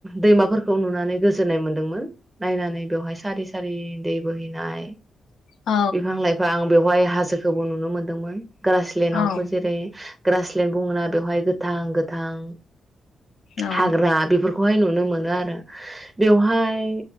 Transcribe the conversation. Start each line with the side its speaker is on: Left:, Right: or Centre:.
Right: दैमाफोरखौ नुनानै गोजोननाय मोन्दोंमोन नायनानै बेवहाय सारि सारि दै बोहैनाय
Left: औ
Right: बिफां लाइफां बेवहाय हाज सोखौबो नुनो मोन्दोंमोन। ग्रासलेण्डावबो
Left: औ
Right: जेरै ग्रासलेण्ड बुङोना बेवहाय गोथां गोथां
Left: औ
Right: हाग्रा बेफोरख खौहाय नुनो मोनो आरो बेवहाय